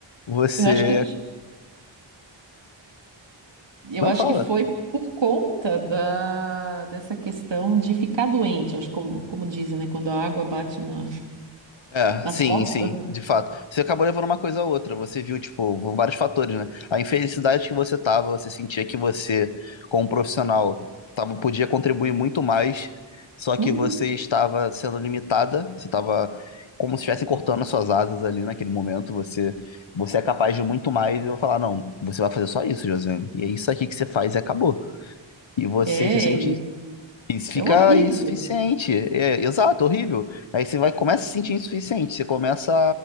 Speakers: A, on the left (about 70°); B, on the right (about 65°).
A: Você
B: Eu acho que eu Eu
A: não
B: acho
A: fala.
B: que foi por conta da, dessa questão de ficar doente, eu acho como, como dizem, né? Quando a água bate na-
A: É,
B: nas
A: sim,
B: costas.
A: sim, de fato. Você acabou levando uma coisa a outra, você viu, tipo, vários fatores, né? A infelicidade que você tava, você sentia que você, como profissional, tava, podia contribuir muito mais, só
B: Uhum.
A: que você estava sendo limitada, você estava como se estivesse cortando as suas asas ali naquele momento, você, você é capaz de muito mais, e eu vou falar, não, você vai fazer só isso, Josiane, e é isso aqui que você faz e acabou. E você
B: É,
A: se sente isso fica
B: é horrível.
A: insuficiente. É, exato, horrível. Aí você vai começa a se sentir insuficiente. Você começa